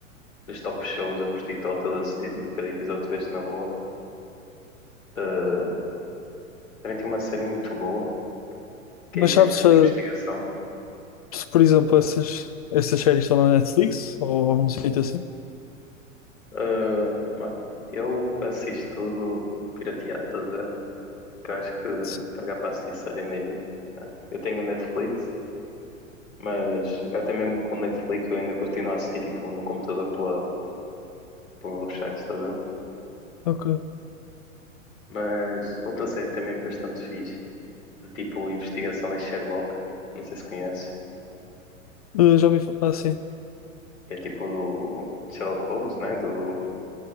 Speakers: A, on the left (about 70°); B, on the left (about 30°).
A: dos top shows. Eu curti total, assisti tipo cada episódio tu vês na boa. Uh, também tem uma série muito boa, que
B: Mas
A: aí já
B: sabes
A: é mais
B: se,
A: de investigação.
B: se, por exemplo, essas, essas séries estão na Netflix ou algum sítio assim?
A: Uh, mano, eu assisto tudo pirateado, estás a ver? Que eu acho que
B: Sim.
A: pagar para assistir série é meio. ah, Eu tenho Netflix, mas até mesmo com Netflix eu ainda continuo a assistir tipo no computador pela, por uns sites, estás a ver?
B: Ok.
A: Mas outra série também bastante fixe, de tipo investigação é Sherlock, não sei se conheces,
B: Eh, já ouvi falar, ah, sim.
A: que é tipo do Sherlock Holmes, né? Do,